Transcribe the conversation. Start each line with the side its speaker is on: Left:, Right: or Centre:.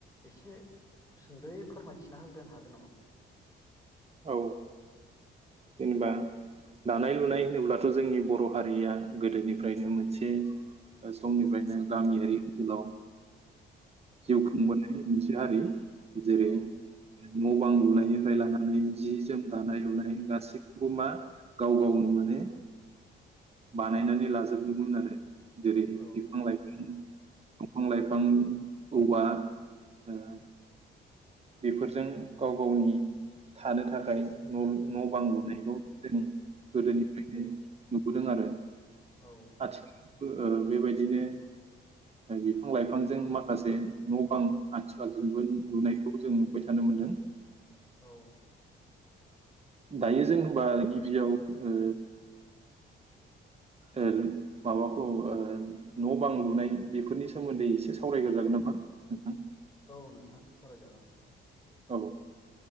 Left: एसे सुंदयै फोरमाय खिन्थाना होग्रोनो हागोन नामा?
Right: औ जेनेबा दानाय लुनाय होनोब्लाथ जोंनि बर हारिया गोदोनिफ्रायनो मोनसे समनिफ्रायनो गामियारि ओनसोलाव जिउ खुंबोनाय मोनसे हारि। जेरै
Left: औ
Right: न -बां लुनायनिफ्राय लानानै जि -जोम दानाय- लुनाय गासिबो मा गाव- गाव नुनो मोनो बानायनानै लाजोबदोंमोन आरो जेरै
Left: औ
Right: बिफां- लाइफां बिफां लाइफां औवा ओ बेफोरजों गाव गावनि थानो थाखाय न बां लुनायखौ जों गोदोनिफ्रायनो नुबोदों आरो।
Left: औ
Right: आथिखालावबो बेबायदिनो बिफां लाइफांजों माखासे न'बां आथिखालजों लुनायखौ जों नुबाय थानो मोनदों।
Left: औ
Right: दायो जों होनबा गिबियाव ओ ओ माबाखौ ओ न बां लुनाय बेफोरनि सो मोन्दै एसे सावरायग्रो जागोन नामा नोंथां?
Left: औ नोंथां सावरायजागोन
Right: औ